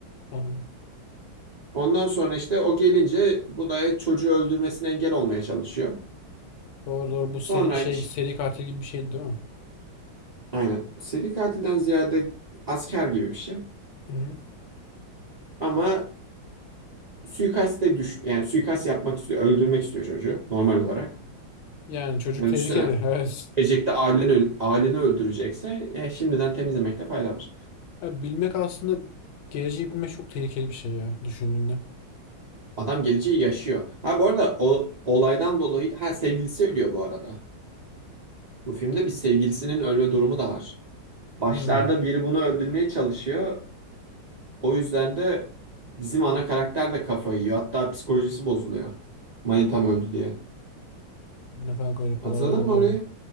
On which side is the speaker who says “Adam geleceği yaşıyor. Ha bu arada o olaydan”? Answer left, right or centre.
Right